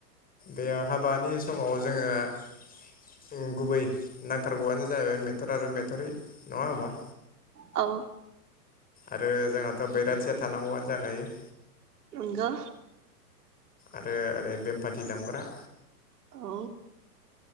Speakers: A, on the left; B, on the right.
A: बेयाव हाबानि समाव जोङो गुबै नांथारगौआनो जाहैबाय मेथ आरो मेथरि नङा होमबा
B: औ
A: आरो जोंहाथ' बैराथिया थानांगौआनो जाखायो
B: नंगौ
A: आरो ओरै बेमफाथि दामग्रा
B: औ